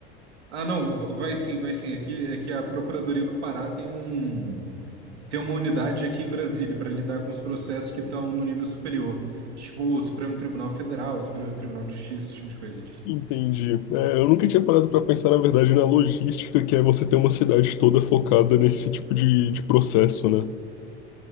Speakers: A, on the right (about 85°); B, on the left (about 60°).
A: ah, não, v- vai sim, vai sim. É que, é que a Procuradoria do Pará tem um. tem uma unidade aqui em Brasília para lidar com os processos que estão no nível superior, tipo o Supremo Tribunal Federal, o Superior Tribunal de Justiça, esse tipo de coisa.
B: Entendi. É, eu nunca tinha parado para pensar, na verdade, na logística, que é você ter uma cidade toda focada nesse tipo de, de processo, né?